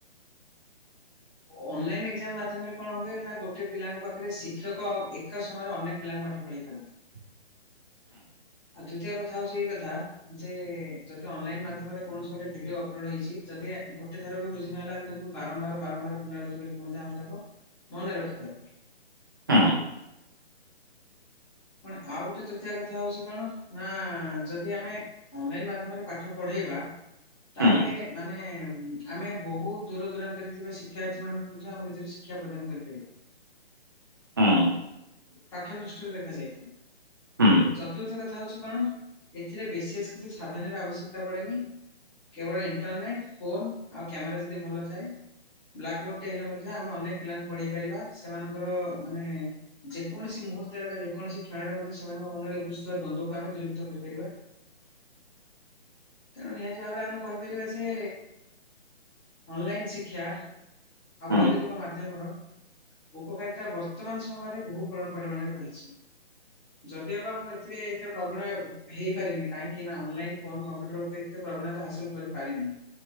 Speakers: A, on the left; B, on the right.
A: ଅନଲାଇନ୍ ଏକ୍ଜାମ ମାଧ୍ୟମରେ କଣ ହୁଏ ନା, ଗୋଟେ ପିଲାଙ୍କ ପାଖରେ ଶିକ୍ଷକ ଏକା ସମୟରେ ଅନେକ ପିଲାଙ୍କୁ ପାଠ ପଢେଇ ପାରନ୍ତି।
B: <inaudible>
A: ଦ୍ୱିତୀୟ କଥା ହଉଚି ଏଇ କଥା, ଯେ ଯଦି ଅନଲାଇନ୍ ମାଧ୍ୟମରେ କୌଣସି ଗୋଟେ ଭିଡିଓ ଅପଲୋଡ଼ ହେଇଚି ଯଦି ଗୋଟେ ଥରବି ବୁଝିିନହେଲା, ଆ ତାକୁ ବାରମ୍ବାର ବାରମ୍ବାର <unintelligible> ମଧ୍ୟ ଆମେ ତାକୁ ମନେ ରଖିପାରୁ।
B: ହୁଁ।
A: ପୁଣି ଆଉ ଗୋଟେ ତୃତୀୟା କଥା ହଉଚି କଣ ନା ଯଦି ଆମେ ଅନଲାଇନ୍ ମାଧ୍ୟମରେ ପାଠ ପଢେଇବା ତାହେଲେ
B: ହୁଁ
A: ମାନେ ଆମେ ବହୁତ୍ ଦୂର ଦୂରାନ୍ତରେ ଥିବା ଶିକ୍ଷାର୍ଥୀ ମାନଙ୍କୁ ମଧ୍ୟ ଆମ ନିଜର ସି ଶିକ୍ଷା ପ୍ରଦାନ କରିପାରିବା।
B: ହୁଁ।
A: ପାଠ ଦୃଷ୍ଟିରେ ଦେଖା ଯାଇଥାଏ
B: ହୁଁ
A: ଚତୁର୍ଥ କଥା ହଉଚୁ କଣ ଏଥିରେ ବିଶେଷ କିଛି ସାଧନର ଆବଶ୍ୟକତା ପଡ଼େନି। କେବଳ ଇଣ୍ଟରନେଟ୍ ଫୋନ୍ ଆଉ କ୍ୟାମେରା ଯଦି ଭଲ ଥାଏ ବ୍ଲାକ୍ ବୋର୍ଡ ଟେ ହେଲେ ମଧ୍ୟ ଆମେ ଅନେକ ପିଲାଙ୍କୁ ପଢ଼େଇ ପାରିବା ସେମାନଙ୍କର ମାନେ ଯେକୌଣସି ମୁହୂର୍ତ୍ତରେ ବା ଯେକୌଣସି କ୍ଷଣରେ ମଧ୍ୟ ସେମାନଙ୍କ ମନରେ ଉପୁଥିବା ଦ୍ୱନ୍ଦ୍ୱକୁ ଆମେ ଦୂରୀଭୂତ କରିପାରିବା
B: <inaudible>
A: ତେଣୁ ନିହାତି ଭାବରେ ଆମେ କହିପାରିବା ଯେ ଅନନ୍ଲାଇନ୍ ଶିକ୍ଷା ଆଉ
B: ହୁଁ
A: ବୈଦକିକ ମାଧ୍ୟମର ଉପକାରିତା ବର୍ତ୍ତମାନ ସମୟରେ ବହୁ ପର ପରିମାଣରେ ରହିଚି।
B: <inaudible>
A: ଯଦିଓ ବା ମୁଁ ଏଥିରେ ଏତେ ପ୍ରବଳ ହେଇପାରିନି, କାହିଁକି ନା ଅନଲାଇନ ଫୋ କମ୍ପ୍ୟୁଟର ଉପରେ ଏ ପ୍ରବଣତା ହାସଲ କରିପାରିନି